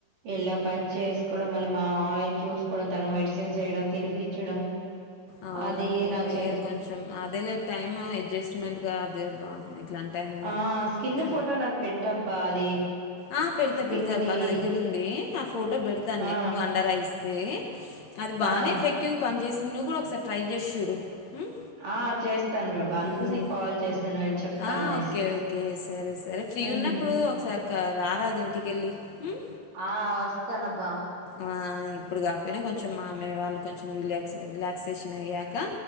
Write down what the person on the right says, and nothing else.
ఇళ్ళ పని చేసుకోవడం మళ్ళీ మా మామయ్యాను చూసుకోవడం తనకు మెడిసిన్స్ వేయడం తినిపించడం
అదే నాక్
ఆ! స్కిన్
ఫోటో నాకు పెట్టబ్బా! అది
స్కిన్‌ది.
ఆ!
ఆ!
ఆ చేస్ పాపా అందుకోసమే
కాల్ చేస్తాను చెప్తాం
అనేసి
ఉమ్
ఆ వస్తానబ్ వా